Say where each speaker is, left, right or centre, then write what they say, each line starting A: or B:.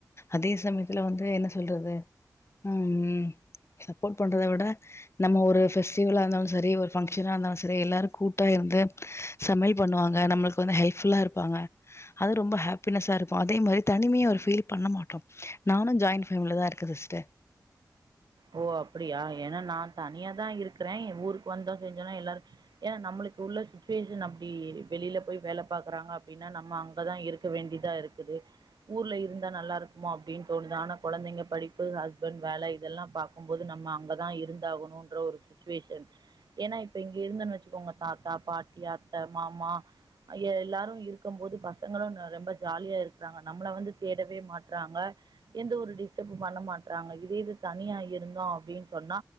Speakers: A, on the left (about 40°); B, on the right (about 85°).
A: அதே சமயத்துல வந்து என்ன சொல்றது ஹும் சப்போர்ட் பண்றத விட நம்ம ஒரு ஃபெஸ்டிவலா இருந்தாலு சரி ஒரு ஃபங் ர்ரா இருந்தாலு சரி எல்லாரு கூட்டா இருந்து சமையல் பண்ணுவாங்க நம்மளுக்கு வந்து ஹெல்புல்லா இருப்பாங்க அது ரொம்ப ஹோப்பினஸ்ஸா இருக்கு அதே மாரி தனிமையா ஒரு பீல் பண்ண மாட்டோ நானு ஜாய்ன் ஃபேமிலிலத இருக்க சிஸ்டர்
B: ஓ அப்புடியா ஏனா நா தனியா தா இருக்கிறே ஊருக்கு வந்தா செஞ்சோன்னா எல்லாரு ஏனா நம்மளுக்கு உள்ள சுச்சுவேஷன் அப்டி வெளியில போய் வேலே பாக்குறாங்க அப்புடின்னா நம்ம அங்கதா இருக்க வேண்டிதா இருக்குது ஊர்ல இருந்தா நல்லா இருக்குமோ அப்டின்னு தோணுது ஆனா குழந்தைங்க படிப்பு ஹஸ்பண்ட் வேலே இதெல்லா பாக்கும்போது நம்ம அங்கத இருந்தாகணுன்ற ஒரு சுச்சுவேஷன் ஏன்னா இப்ப இங்க இருந்தன் வச்சுக்கோங்க தாத்தா பாட்டி அத்தே மாமா எல்லாரு இருக்கு போது பசங்களு ரொம்ப ஜாலியா இரு றாங்க நம்மள வந்து தேடவே மாட் றாங்க எந்த ஒரு டிஸ்டப்பு பண்ண மாட்டறாங்க இதே இது தனியா இருந்தோ அப்டின்னு சொன்னா